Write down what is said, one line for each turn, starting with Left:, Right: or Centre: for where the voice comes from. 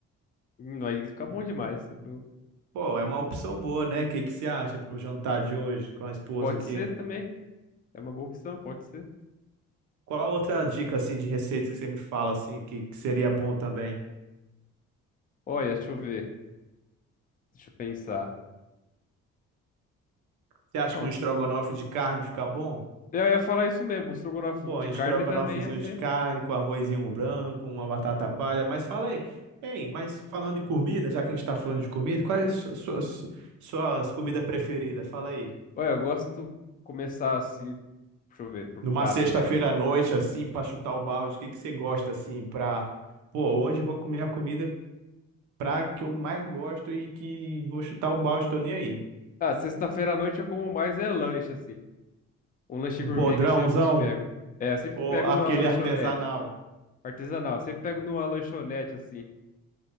Left: Hum, aí fica bom demais. Do-
Right: Pô, é uma opção boa, né? O que que você acha para o jantar de hoje com a esposa
Left: Pode
Right: aqui?
Left: ser também. É uma boa opção, pode ser.
Right: Qual outra dica assim de receita que você me fala assim que, que seria bom também?
Left: Olha, deixa eu ver. Deixa eu pensar.
Right: Você acha
Left: Bom,
Right: que um estrogonofe de carne fica bom?
Left: eu ia falar isso mesmo. O estrogonofe
Right: Pô,
Left: de
Right: um estrogonofezinho
Left: carne também ia ser.
Right: de carne com arrozinho branco, uma batata palha. Mas fala aí, hein, mas falando em comida, já que a gente tá falando de comida, quais su- suas, suas comidas preferidas? Fala aí.
Left: Olha, eu gosto de começar assim. Deixa eu ver, por
Right: Numa
Left: prato
Right: sexta-feira
Left: mesmo.
Right: à noite, assim, pra chutar o balde, o que que você gosta, assim, pra... Pô, hoje eu vou comer a comida pra que eu mais gosto e que vou chutar o balde, tô nem aí.
Left: Ah, sexta-feira à noite eu como mais é lanche, assim. Um lanche
Right: Um
Left: gourmet
Right: podrãozão
Left: que eu sempre pego. É, eu sempre
Right: ou
Left: pego
Right: aquele
Left: numa lanchonete.
Right: artesanal.
Left: Artesanal, eu sempre pego numa lanchonete, assim.